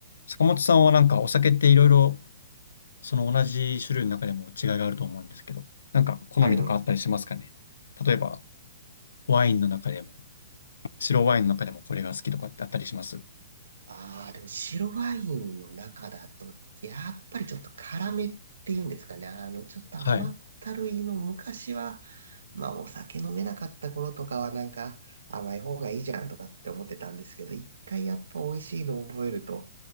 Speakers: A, on the left; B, on the right.
A: 坂本さんはなんかお酒っていろいろその同じ種類の中でも違いがあると思うんですけど、なんか好みとかあったりしますかね
B: あ、れも、
A: 例えばワインの中でも、白ワインの中でもこれが好きとかってあったりします
B: ああ、でも白ワインの中だと、やっぱりちょっと辛めっていうんですかね。あの、ちょっと甘ったるいの昔は、
A: はい。
B: まあお酒飲めなかった頃とかはなんか甘い方がいいじゃんとかって思ってたんですけど、一回やっぱ美味しいのを覚えると、